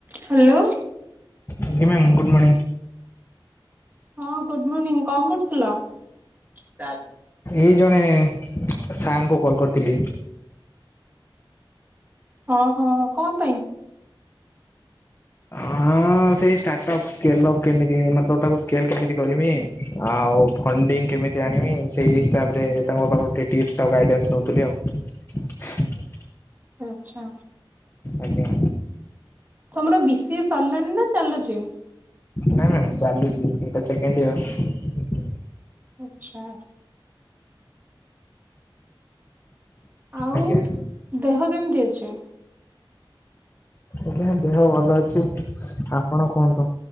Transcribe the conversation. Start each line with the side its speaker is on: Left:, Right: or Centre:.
Right: Hello
Left: ଆଜ୍ଞା ma'am good morning
Right: ହଁ good morning କଣ କରୁଥିଲ। <unintelligible>
Left: ଏଇ ଜଣେ ସାର ଙ୍କୁ କଲ୍ କରିଥିଲି।
Right: ଅ ହଁ କଣ ପାଇଁ
Left: ହଁ ସେଇ ସ୍ଟାଟପ୍ ସ୍କେଲପ କେମିତି ମତଲବ୍ ତାକୁ ସ୍କେଲ କେମିତି କରମି ଆଉ ଫଣ୍ଡିଙ୍ଗ କେମିତି ଆଣିବି ସେଇ ହିସାବରେ ତାଙ୍କ ପାଖରୁ ଟିକେ ଟିପ୍ସ ଆଉ ଗାଇଡନ୍ସ ନଉଥିଲି ଆଉ।
Right: ଆଛା
Left: ଆଜ୍ଞା
Right: ତମର ବି ସି ଏ ସରିଲାଣି ନା ଚାଲୁଚି
Left: ନାଇଁ ମ୍ୟାମ୍ ଚାଲୁଚି ଏଟା ସେକେଣ୍ଡ ୟିଅର୍
Right: ଆଛା ଆଉ
Left: ଆଜ୍ଞା
Right: ଦେହ କେମିତି ଅଛି।
Left: ଆଜ୍ଞା ଦେହ ଭଲ ଅ ଅଛି ଆପଣ କହନ୍ତୁ।